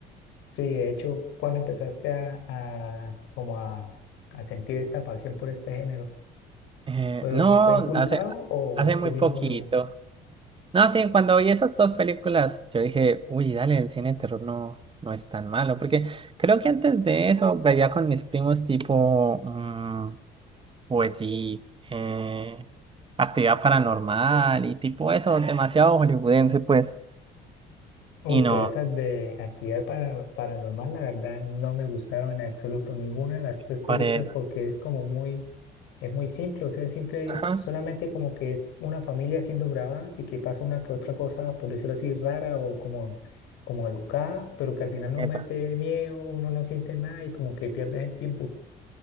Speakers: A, on the left; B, on the right.
A: Sí, de hecho, cuando empezaste a, a- como a, a sentir esta pasión por este género,
B: Eh,
A: ¿fue,
B: no,
A: fue inculcado
B: hace,
A: o
B: hace muy
A: tú mismo
B: poquito.
A: lo...
B: No, sí, cuando vi esas dos películas, yo dije, uy, dale, el cine de terror no, no es tan malo, porque creo que antes de eso veía con mis primos tipo, mm, pues sí, eh, actividad paranormal y tipo eso, demasiado hollywoodense, pues,
A: Uy,
B: y
A: pero
B: no,
A: esas de actividad para- paranormal, la verdad, no me gustaron en absoluto ninguna de las tres películas
B: Corea.
A: porque es como muy, es muy simple, o sea, simple,
B: Ajá,
A: solamente como que es una familia siendo grabada, y que pasa una que otra cosa, por decirlo así, rara o como, como alocada, pero que al final no
B: epa,
A: mete miedo, uno no siente nada y como que pierdes el tiempo.